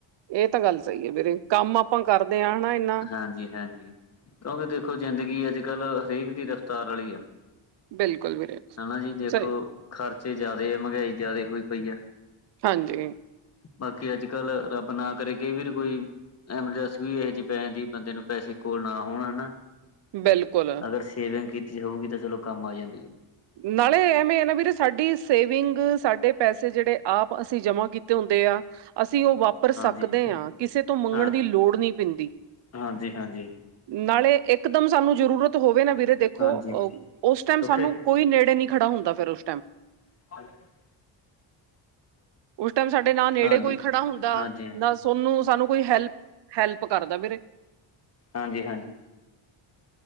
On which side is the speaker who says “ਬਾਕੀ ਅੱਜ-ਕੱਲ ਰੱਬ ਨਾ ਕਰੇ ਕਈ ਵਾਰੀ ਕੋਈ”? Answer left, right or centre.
Left